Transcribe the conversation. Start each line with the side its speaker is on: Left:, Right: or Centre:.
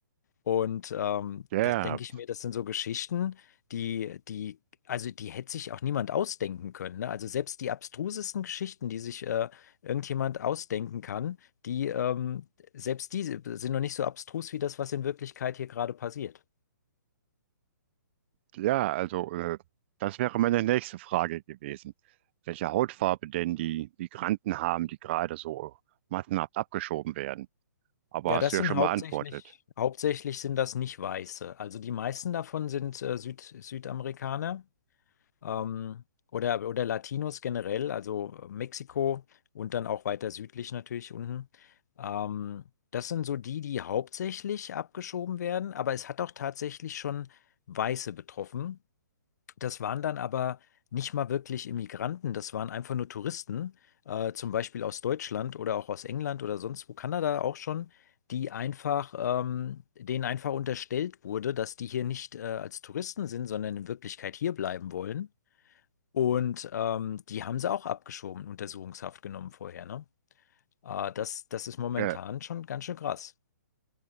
Left: Und ähm,
Right: Ja,
Left: da denke ich mir, das sind so Geschichten, die, die, also die hätte sich auch niemand ausdenken können. Ne? Also selbst die abstrusesten Geschichten, die sich äh, irgendjemand ausdenken kann, die, ähm, selbst die sind noch nicht so abstrus wie das, was in Wirklichkeit hier gerade passiert.
Right: ja, also äh, das wäre meine nächste Frage gewesen. Welche Hautfarbe denn die Migranten haben, die gerade so massenhaft abgeschoben werden? Aber
Left: Ja,
Right: hast
Left: das
Right: du ja
Left: sind
Right: schon
Left: hauptsächlich,
Right: beantwortet.
Left: hauptsächlich sind das nicht Weiße. Also die meisten davon sind äh, Süd, Südamerikaner. ähm, oder, oder Latinos generell, also äh, Mexiko und dann auch weiter südlich natürlich unten. Ähm, das sind so die, die hauptsächlich abgeschoben werden, aber es hat auch tatsächlich schon Weiße betroffen. Das waren dann aber nicht mal wirklich Immigranten, das waren einfach nur Touristen, äh, zum Beispiel aus Deutschland oder auch aus England oder sonst wo, Kanada auch schon. die einfach, ähm, denen einfach unterstellt wurde, dass die hier nicht äh, als Touristen sind, sondern in Wirklichkeit hier bleiben wollen. Und ähm, die haben sie auch abgeschoben, Untersuchungshaft genommen vorher, ne? Äh, das, das ist momentan
Right: Ja,
Left: schon ganz schön krass.